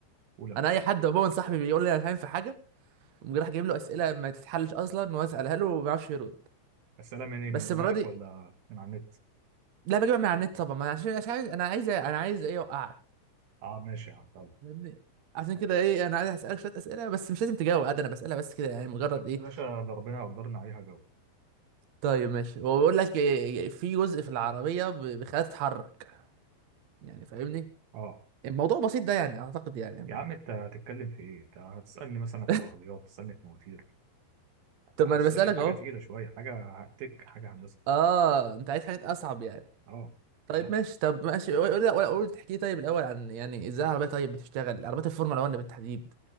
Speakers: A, on the right; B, on the right.
A: قول يا باشا
B: انا اي حد عموما صاحبي بيقول لي انا فاهم في حاجه قوم راح جايب له اسئله ما تتحلش اصلا واسالها له وما بيعرفش يرد
A: السلام من إيه
B: بس
A: من دماغك
B: المره دي
A: ولا من على النت؟
B: لا بجيبها من على النت طبعا ما أنا عشان مش عايز انا عايز انا عايز ايه اوقعك
A: أه ماشي يا عم يلا
B: فاهمني عشان
A: ماشي
B: كده ايه انا عايز اسالك شويه اسئله بس مش لازم تجاوب عادي انا بسالها بس كده يعني مجرد ايه
A: يا باشا ده ربنا قدرنا عليها جو
B: طيب ماشي هو بيقول لك إيه إيه، في جزء في العربيه ب- بيخليها تتحرك يعني فاهمني
A: أه
B: الموضوع بسيط ده يعني اعتقد يعني ما...
A: يا عم أنت هتتكلم في إيه؟ أنت هتسألني مثلا
B: <laughs>
A: في عربيات تسألني في مواتير
B: طب
A: هتستني
B: ما انا بسالك
A: في حاجة
B: اهو
A: تقيلة شوية حاجة تك حاجة هندسة
B: اه انت عايز حاجات اصعب يعني
A: اه
B: طيب
A: لا
B: ماشي طب ماشي قول لا، ولا قول تحكي طيب الاول عن يعني ازاي العربيه طيب بتشتغل عربيات الفورمولا 1 بالتحديد